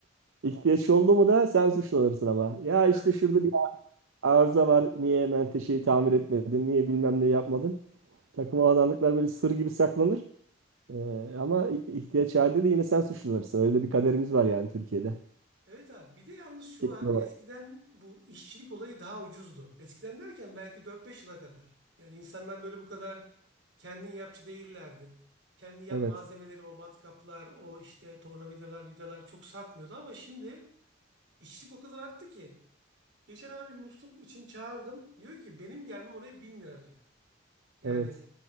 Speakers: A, on the right; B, on the right.
A: ihtiyaç oldu mu da sen suçlanırsın ama. Ya
B: <laughs>
A: işte şurada bir
B: He.
A: arıza var. Niye menteşeyi tamir etmedin? Niye bilmem ne yapmadın? Takım alanlıklar böyle sır gibi saklanır. Ee, ama ihtiyaç halinde de yine sen suçlanırsın. Öyle de bir kaderimiz var yani Türkiye'de.
B: Evet abi bir de yalnız şu
A: Erkekler
B: var
A: olarak.
B: eskiden bu işçilik olayı daha ucuzdu. Eskiden derken belki dört beş yıla kadar. Yani insanlar böyle bu kadar kendin yapçı değillerdi. Kendi yap
A: Evet.
B: malzemeleri o matkaplar o işte tornavidalar vidalar çok satmıyordu ama şimdi işçilik o kadar arttı ki. Geçen abi musluk için çağırdım diyor ki benim gelmem oraya 1000 lira diyor. Yani
A: Evet.